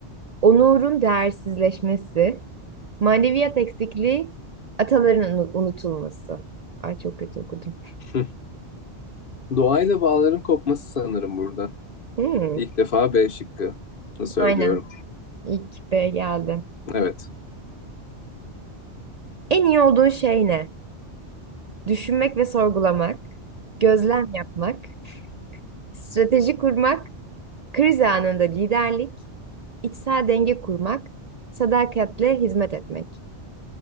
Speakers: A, on the right; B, on the left.
A: onurun değersizleşmesi, maneviyat eksikliği, ataların unu- unutulması. Ay çok kötü okudum.
B: <laughs> Doğayla bağların kopması sanırım burada.
A: Hmm.
B: İlk defa B şıkkı söylüyorum.
A: Aynen. İlk B geldi.
B: Evet.
A: En iyi olduğun şey ne? Düşünmek ve sorgulamak, gözlem yapmak, strateji kurmak, kriz anında liderlik, içsel denge kurmak, sadakatle hizmet etmek.